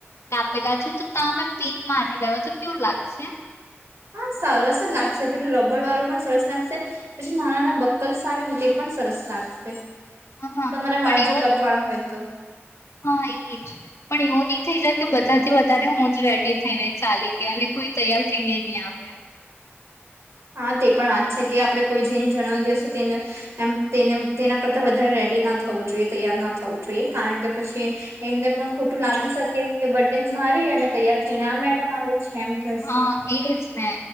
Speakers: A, on the left; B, on the right.
A: કાપેલા છે તો ત્યાં અમે પીન મારી લેવા તો કેવું લાગશે.
B: હા સરસ જ લાગશે પેલું રબડ વાળું પણ સરસ લાગશે પછી નાના નાના બક્કલ્સ આવે ને તે પણ સરસ લાગશે.
A: હા હા
B: તમારા વાળ
A: પણ
B: જો કટવાળા
A: એવો
B: હોય તો
A: હા એજ પણ એવોની થઈ જાય કે બધાથી વધારે હું જ રેડી થઈને ચાલી ગય અને કોઈ તૈયાર થઈને ની આવે
B: હા તે પણ વાત છે કે આપણે કોઈ જેની જન્મદિવસ તેને એમ તેને તેના કરતા વધારે રેડી ના થવું જોઈએ તૈયાર ના થવું જોઈએ કારણ કે પછી એમને પણ ખોટું લાગી શકે કે બ્ડે મારી અને તૈયાર થય ને આ મેડમ આવે છે એમ કહેશે
A: હા એજ ને